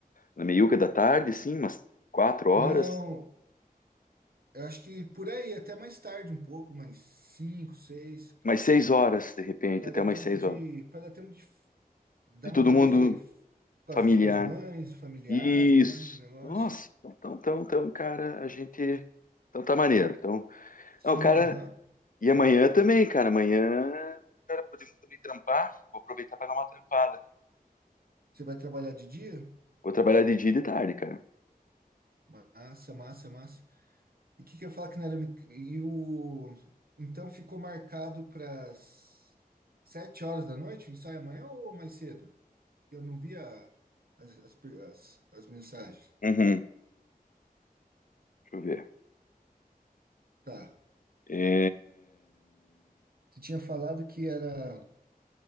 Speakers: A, on the left; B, on the right.
A: na meiuca da tarde, sim, umas quatro horas,
B: Não. Eu acho que por aí, até mais tarde um pouco, mais cinco, seis,
A: mais seis horas de repente,
B: para
A: até
B: dar
A: umas
B: tempo
A: seis
B: de,
A: horas.
B: para dar tempo de dar
A: De todo
B: um rolê
A: mundo
B: com
A: familiar.
B: as, com as mães, familiares,
A: Isso.
B: né, esse negócio.
A: Nossa, então, então, então, então, cara, a gente, então tá maneiro. Então,
B: Sim,
A: não, cara,
B: aham.
A: E amanhã também, cara. Amanhã, cara, podemos também trampar. Vou aproveitar para dar uma trampada.
B: Você vai trabalhar de dia?
A: Vou trabalhar de dia e de tarde, cara.
B: Massa, massa, massa. E o que que eu ia falar que não era... mic- E o... Então ficou marcado para as sete horas da noite, o ensaio amanhã ou mais cedo? Eu não via as, as, per- as as mensagens.
A: Uhum. Deixa eu ver.
B: Tá.
A: É,
B: Você tinha falado que era